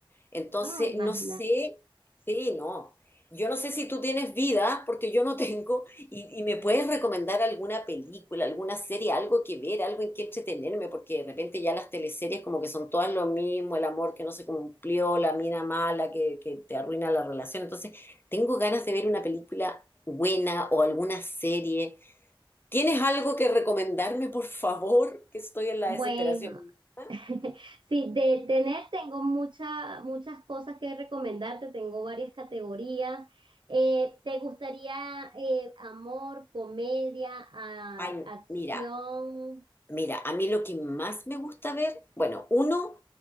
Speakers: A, on the left (about 25°); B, on the right (about 60°).
A: Entonces,
B: Ah, imagínate.
A: no sé, sí, no. Yo no sé si tú tienes vida, porque yo no tengo, y, y me puedes recomendar alguna película, alguna serie, algo que ver, algo en que entretenerme, porque de repente ya las teleseries como que son todas lo mismo, el amor que no se cumplió, la mina mala que, que te arruina la relación. Entonces, tengo ganas de ver una película buena o alguna serie. ¿Tienes algo que recomendarme, por favor? Que estoy en la
B: Bueno,
A: desesperación. Ah,
B: <laughs> sí, de tener tengo mucha- muchas cosas que recomendarte, tengo varias categorías. Eh, ¿te gustaría eh, amor, comedia, a
A: Ay,
B: acción?
A: mira, Mira, a mí lo que más me gusta ver, bueno, uno,